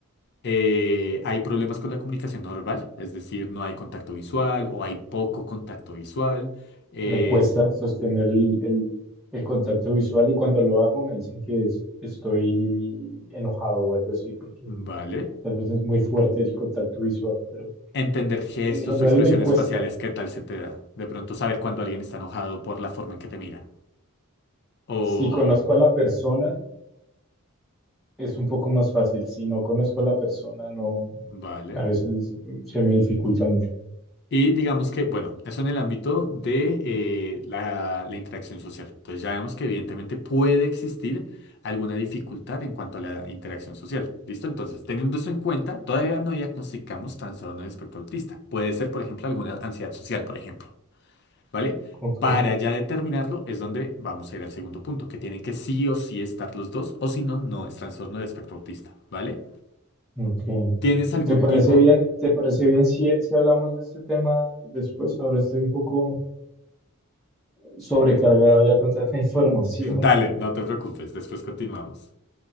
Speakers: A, on the left; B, in the centre.
A: Eh, hay problemas con la comunicación no verbal, es decir, no hay contacto visual o hay poco contacto visual. Eh,
B: Me cuesta sostener el, el- el contacto visual y cuando lo hago me dicen que es- estoy enojado o algo así, porque
A: vale.
B: tal vez es muy fuerte el contacto visual, pero
A: entender gestos
B: en general
A: o expresiones
B: me cuesta.
A: faciales, qué tal se te da. De pronto saber cuando alguien está enojado por la forma en que te mira. O,
B: Si conozco a la persona, es un poco más fácil. Si no conozco a la persona, no,
A: vale.
B: a veces se me dificulta mucho.
A: Y digamos que, bueno, eso en el ámbito de eh, la, la interacción social. Entonces ya vemos que evidentemente puede existir alguna dificultad en cuanto a la interacción social. ¿Listo? Entonces, teniendo eso en cuenta, todavía no diagnosticamos trastorno de espectro autista. Puede ser, por ejemplo, alguna ansiedad social, por ejemplo. ¿vale?
B: Ok,
A: Para ya determinarlo es donde vamos a ir al segundo punto, que tienen que sí o sí estar los dos, o si no, no es trastorno de espectro autista, ¿vale?
B: ok.
A: ¿Tienes algún
B: ¿Te parece
A: tipo?
B: bien? ¿Te parece bien si, si hablamos de este tema después? Ahora estoy un poco sobrecargado ya con tanta <laughs> información.
A: <laughs> Dale, no te preocupes, después continuamos.